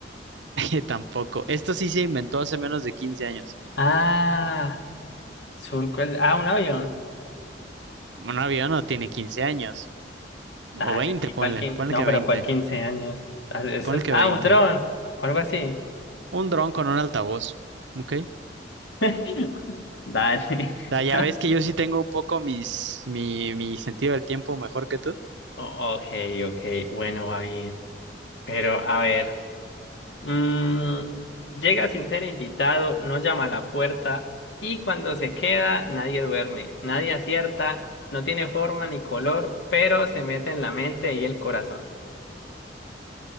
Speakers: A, on the right (about 85°); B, on the left (about 75°).
A: <laughs> Tampoco. Esto sí se inventó hace menos de 15 años.
B: Ah, surco el... Ah, un avión.
A: Bueno, Un avión no tiene 15 años. O
B: Dale,
A: 20,
B: ¿y
A: ponle.
B: cuál quin-
A: Ponle
B: No,
A: que
B: pero
A: veinte,
B: ¿cuál 15 años? Ah, Eso
A: Ponle
B: es...
A: que
B: Ah,
A: 20.
B: un dron, o algo así.
A: Un dron con un altavoz. ¿Ok? O
B: <laughs> Dale.
A: sea, ya
B: <laughs>
A: ves que yo sí tengo un poco mis, mi, mi sentido del tiempo mejor que tú.
B: O- ok, ok, bueno, va bien. Pero a ver, mm, llega sin ser invitado, no llama a la puerta y cuando se queda nadie duerme, nadie acierta, no tiene forma ni color, pero se mete en la mente y el corazón.